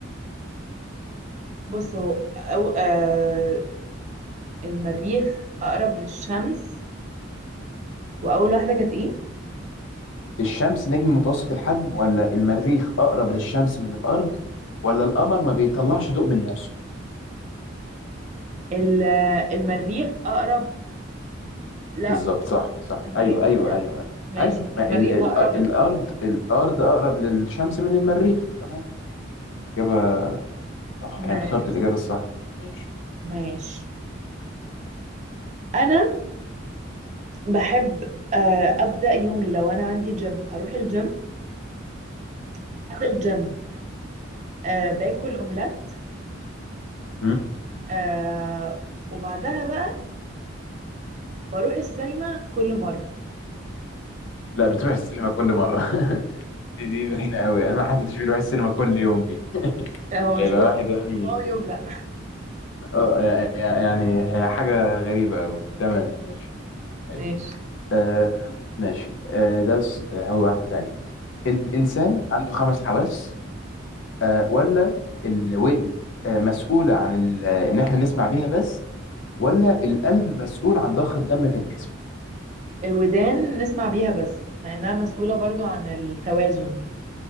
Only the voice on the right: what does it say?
بص هو أو... آه... المريخ أقرب للشمس وأول واحدة كانت إيه؟
ال- المريخ أقرب لا
المريخ
بجد؟
ماشي
المريخ
أقرب
لل-
ماشي
ماشي أنا بحب آه، أبدأ يومي لو أنا عندي جيم أروح الجيم بعد الجيم آه، باكل أومليت
آه، وبعدها بقى بروح السينما كل مرة
هو
مش كل يوم
يوم أو يوم لأ
ماشي
الودان نسمع بيها بس لأنها مسؤولة برضو عن التوازن